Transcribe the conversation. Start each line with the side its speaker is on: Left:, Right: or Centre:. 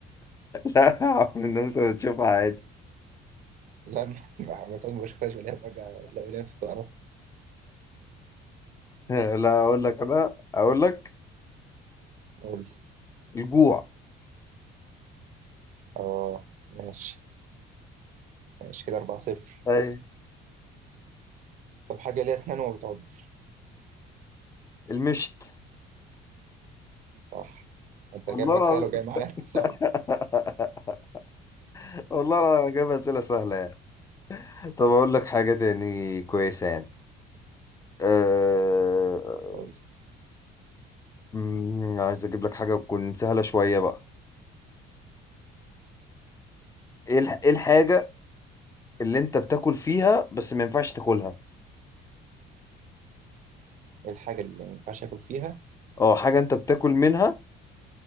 Left: لا <laughs> عمرو النمسا بتشوفها عادي
Right: لا ما <laughs> ما- ساعات ما بشوفهاش ولا فجأة لا ولا ست قرصت
Left: <laughs> لا اقول لك انا اقول لك
Right: قول لي.
Left: الجوع
Right: اه ماشي ماشي كده 4 0
Left: اي
Right: طب حاجة ليها اسنان وما بتعضش
Left: المشت
Right: صح انت
Left: والله
Right: جاي معاك
Left: العظيم
Right: سهل وجاي معايا <laughs> صعب
Left: <laughs> والله العظيم انا جايب اسئله سهله يعني طب اقول لك حاجه تاني كويسه يعني أه...
Right: قول لي
Left: أمم، عايز اجيب لك حاجه تكون سهله شويه بقى ايه الح- إيه الحاجه اللي انت بتاكل فيها بس ما ينفعش تاكلها
Right: ايه الحاجة اللي ما ينفعش اكل فيها
Left: اه حاجه انت بتاكل منها